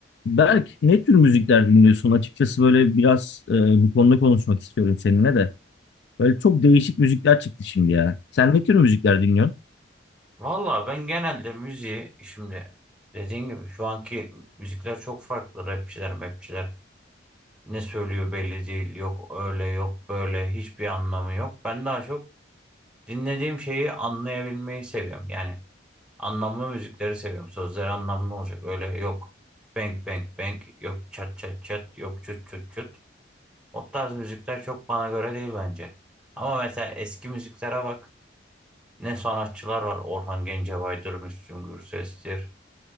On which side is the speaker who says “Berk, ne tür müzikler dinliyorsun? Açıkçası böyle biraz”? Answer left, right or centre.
Left